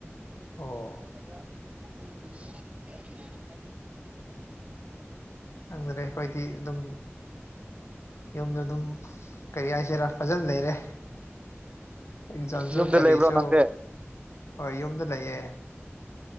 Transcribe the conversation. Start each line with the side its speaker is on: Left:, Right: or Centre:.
Left: ꯑꯣ
Right: <inaudible>
Left: ꯈꯪꯗꯔꯦ ꯑꯩꯈꯣꯏꯗꯤ ꯑꯗꯨꯝ ꯌꯨꯝꯗ ꯑꯗꯨꯝ ꯀꯩ ꯍꯥꯏꯁꯤꯔꯥ ꯐꯖꯅ ꯂꯩꯔꯦ ꯑꯦꯛꯖꯥꯝꯁꯨ
Right: ꯌꯨꯝꯗ
Left: ꯀꯔꯤꯁꯨ
Right: ꯂꯩꯕ꯭ꯔꯣ ꯅꯪꯗꯤ
Left: ꯍꯣꯏ ꯌꯨꯝꯗ ꯂꯩꯌꯦ